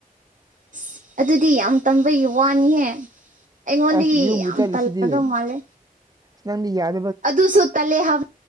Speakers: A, on the right; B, on the right.
A: ꯑꯁ ꯑꯗꯨꯗꯤ ꯌꯥꯝ ꯇꯟꯝꯕꯒꯤ ꯋꯥꯅꯤꯍꯦ ꯑꯩꯉꯣꯟꯗꯒꯤ
B: ꯑꯁ ꯌꯨꯝꯒꯤ
A: ꯌꯥꯝ
B: ꯆꯠꯂꯤꯁꯤꯗꯤ
A: ꯇꯜꯂꯒꯗꯧ ꯃꯥꯜꯂꯦ
B: ꯅꯪꯗꯤ ꯌꯥꯏ
A: ꯑꯗꯨꯗꯁꯨ ꯇꯜꯂꯦ ꯍꯥꯏꯕ